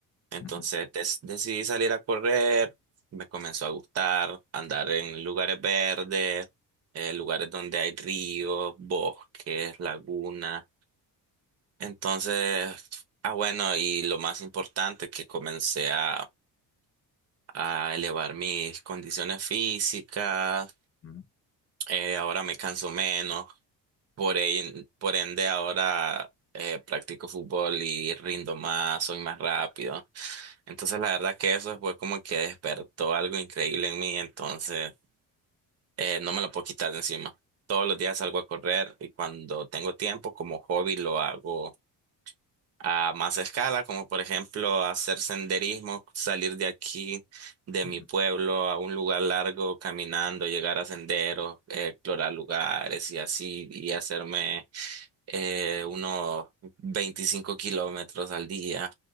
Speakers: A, on the right; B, on the left.
A: Entonces
B: Ujú,
A: des- decidí salir a correr, me comenzó a gustar andar en lugares verdes, eh, lugares donde hay ríos, bosques, lagunas. Entonces, ah bueno, y lo más importante que comencé a, a elevar mis condiciones físicas,
B: ujú,
A: eh, ahora me canso menos. Por, ahí por ende, ahora eh, practico fútbol y rindo más, soy más rápido. Entonces, la verdad que eso fue como que despertó algo increíble en mí. Entonces, eh, no me lo puedo quitar de encima. Todos los días salgo a correr y cuando tengo tiempo, como hobby, lo hago a más escala, como por ejemplo hacer senderismo, salir de aquí, de
B: ujú.
A: mi pueblo, a un lugar largo caminando, llegar a senderos, eh, explorar lugares y así, y hacerme eh, unos 25 kilómetros al día.